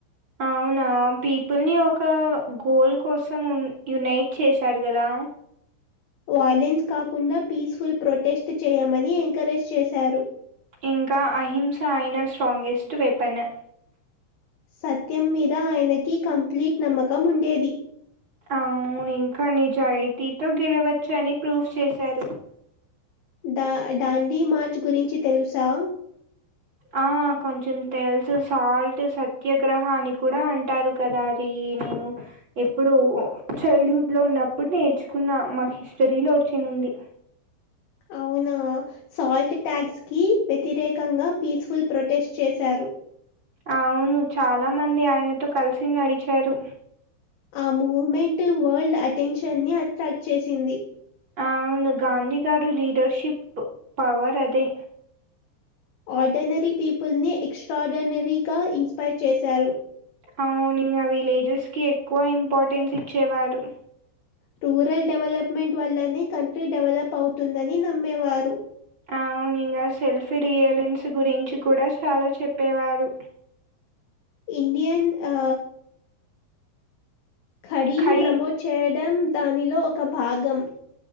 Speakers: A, on the right; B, on the left.
A: అవునా పీపుల్ని ఒక గోల్ కోసం యునైట్ చేశాడు కదా
B: వాయలెన్స్ కాకుండా పీస్ఫుల్ ప్రొటెస్ట్ చేయమని ఎంకరేజ్ చేశారు
A: ఇంకా అహింస అయిన స్ట్రాంగెస్ట్ వెపన్
B: సత్యం మీద ఆయనకి కంప్లీట్ నమ్మకం ఉండేది
A: అవును ఇంకా నిజాయితీతో గెలవచ్చు అని ప్రూఫ్ చేశారు
B: ద డాండీ మార్చ్ గురించి తెలుసా
A: ఆ కొంచెం తెేల్సు సాల్ట్ సత్యాగ్రహాన్ని కూడా అంటే అంటారు కదా అది నేను ఎప్పుడు చైల్డ్హుడ్లో ఉన్నప్పుడు నేర్చుకున్న మాకు హిస్టరీలో వచ్చంది
B: అవునా సాల్ట్ ట్యాగ్స్ కి వ్యతిరేకంగా పీస్ఫుల్ ప్రొటెస్ట్ చేశారు
A: అవును చాలా మంది ఆయనతో కలిసి నడిచారు
B: ఆ మూమెంట్ వరల్డ్ అటెన్షన్ ని అట్రాక్ట్ చేసింది
A: అ అవును గాంధీ గారు లీడర్షిప్ పవర్ అది
B: ఆర్డనరీ పీపుల్ ని ఎక్స్ట్రాార్డినరీగా ఇన్స్పైర్ చేశారు
A: అవును ఇంగా విలేజెస్కి ఎక్కువ ఇంపార్టెన్స్ ఇచ్చేవారు
B: టురల్ డెవలప్మెంట్ వల్లనే కంట్రీ డెవలప్ అవుతుందని నమ్మేవారు
A: అవును ఇంగా సెల్ఫీ రియలెన్స్ గురించి కూడా చాలా చెప్పేవారు
B: ఇండియన్ ఆ కడిని
A: కడి
B: ప్రమోట్ చేయడం దానిలో ఒక భాగం